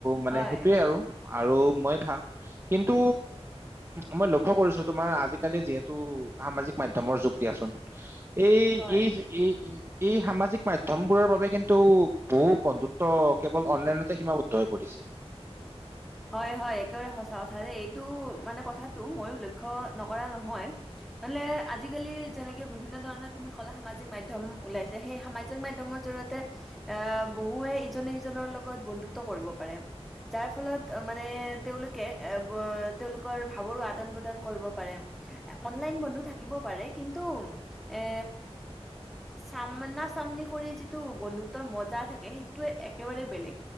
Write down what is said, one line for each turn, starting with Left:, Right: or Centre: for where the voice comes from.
Right: মানে
Centre: হয়,
Right: সেইটোয়ে আৰু আৰু মই ভা কিন্তু মই লক্ষ্য কৰিছো তোমাৰ আজিকালি যিহেতু সামাজিক মাধ্যমৰ যুগ দিয়াচোন। এই
Centre: হয়।
Right: এই এই এই সামাজিক মাধ্যমবোৰৰ বাবে কিন্তু বহু বন্ধুত্ব কেৱল অনলাইনতে সীমাবদ্ধ হৈ পৰিছে।
Centre: হয় হয় একেবাৰে সচা কথা যে এইটো মানে কথাটো মইয়ো লক্ষ্য নকৰা নহয় মালে আজিকালি যেনেকে বিভিন্ন ধৰণৰ তুমি ক'লা সামাজিক মাধ্যম ওলাইছে সেই সামাজিক মাধ্যমৰ জৰিয়তে এ বহুৱে ইজনে সিজনৰ লগত বন্ধুত্ব কৰিব পাৰে। যাৰ ফলত মানে তেওঁলোকে এ তেওঁলোকৰ ভাৱৰো আদান প্ৰদান কৰিব পাৰে। অনলাইন বন্ধু থাকিব পাৰে কিন্তু এ চামনা চামনি কৰি যিটো বন্ধুত্বৰ মজা থাকে সেইটোে একেবাৰেই বেলেগ